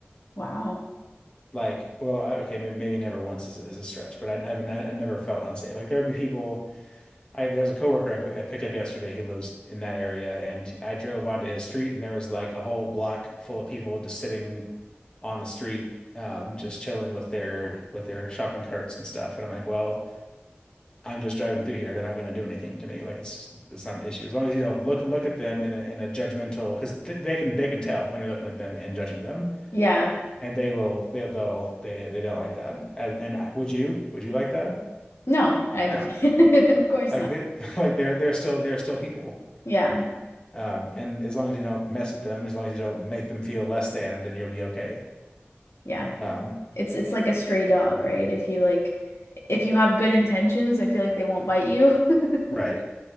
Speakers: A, on the left (about 80°); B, on the left (about 20°).
A: Wow.
B: Like, well, I, okay, maybe maybe never once is, is a stretch, but I never I never felt unsafe. Like there'd be people. I there was a coworker I, pi- I picked up yesterday who lives in that area, and I drove onto his street, and there was like a whole block full of people just sitting on the street, um, just chilling with their with their shopping carts and stuff. And I'm like, well. I'm just driving through here. They're not going to do anything to me. Like it's it's not an issue as long as you don't look look at them in a, in a judgmental because th they can they can tell when you're looking at them and judging them,
A: Yeah.
B: and they will they they'll they they don't like that. As, and I, would you would you like that?
A: No, I
B: No,
A: <laughs> of course
B: like
A: not.
B: they <laughs> like they're they're still they're still people.
A: Yeah.
B: Um, and as long as you don't mess with them, as long as you don't make them feel less than, then you'll be okay.
A: Yeah.
B: Um,
A: It's it's like a stray dog, right? If you like if you have good intentions, I feel like they won't bite you. <laughs>
B: right.